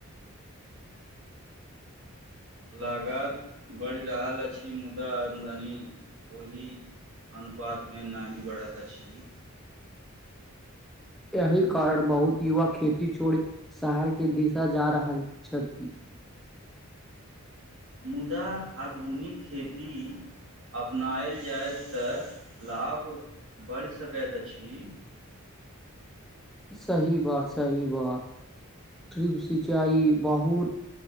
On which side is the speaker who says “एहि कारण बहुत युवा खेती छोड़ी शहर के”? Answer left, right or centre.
Centre